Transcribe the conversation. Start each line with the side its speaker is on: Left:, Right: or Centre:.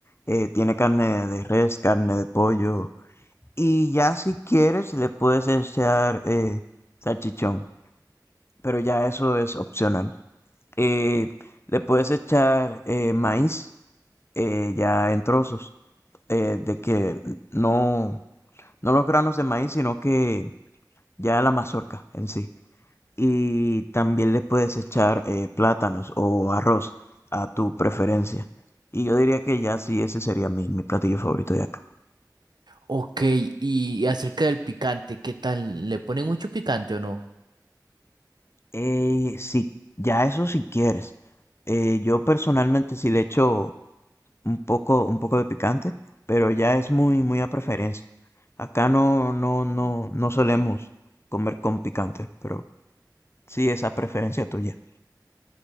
Left: Eh, tiene carne de res, carne de pollo. Y ya si quieres, le puedes echar eh, salchichón. Pero ya eso es opcional. Eh, le puedes echar eh, maíz eh, ya en trozos, eh, de que no, no los granos de maíz, sino que ya la mazorca en sí. Y también le puedes echar eh, plátanos o arroz a tu preferencia. Y yo diría que ya sí, ese sería mi, mi platillo favorito de acá.
Right: Ok, y acerca del picante, ¿qué tal? ¿Le ponen mucho picante o no?
Left: Eh, sí, ya eso si quieres. Eh, yo personalmente sí le echo un poco, un poco de picante, pero ya es muy, muy a preferencia. Acá no, no, no, no solemos comer con picante, pero sí es a preferencia tuya.